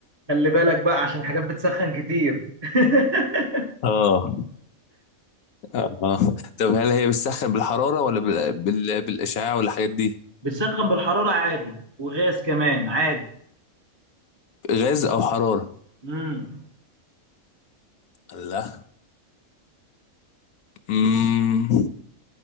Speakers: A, on the right; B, on the left.
A: خلي بالك بقى عشان حاجات بتسخن كتير <laughs>
B: اه اه طب هل هي بتسخن بالحرارة ولا بال... بال... بالإشعاع ولا الحاجات دي
A: بتسخن بالحراره عادي وغاز كمان عادي
B: غاز أو حرارة
A: امم
B: لا مم.